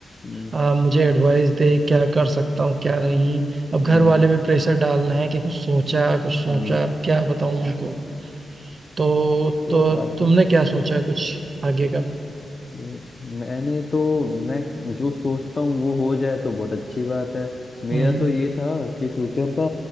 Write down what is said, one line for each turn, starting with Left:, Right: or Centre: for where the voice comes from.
Left: हम्म
Right: आ, मुझे एडवाइस दे क्या कर सकता हूँ क्या नहीं अब घर
Left: हम्म
Right: वाले भी प्रेशर डाल रहे हैं कि कुछ सोचा कुछ सोचा
Left: हम्म,
Right: क्या बताऊँ उनको तो तो
Left: ये बात
Right: तुमने
Left: है
Right: क्या सोचा कुछ आगे का
Left: मैं- मैंने तो मैं जो सोचता हूँ वो हो जाए तो बहुत अच्छी बात है मेरा
Right: हम्म
Left: तो ये था कि फ्यूचर का